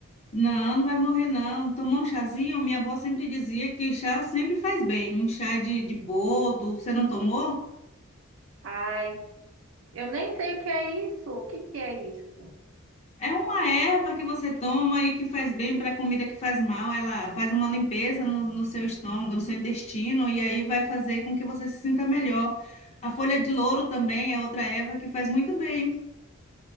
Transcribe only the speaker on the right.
Ai, eu nem sei o que é isso. O que que é isso?